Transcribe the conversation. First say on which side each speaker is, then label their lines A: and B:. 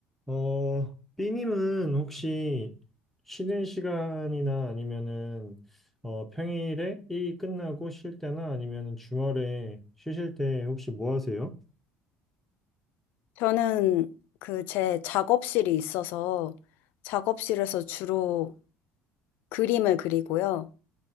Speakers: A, in the centre; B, on the left (about 70°).
A: 어, B님은 혹시 쉬는 시간이나 아니면은 어, 평일에 일이 끝나고 쉴 때나 아니면은 주말에 쉬실 때 혹시 뭐 하세요?
B: 저는 그 제 작업실이 있어서 작업실에서 주로 그림을 그리고요.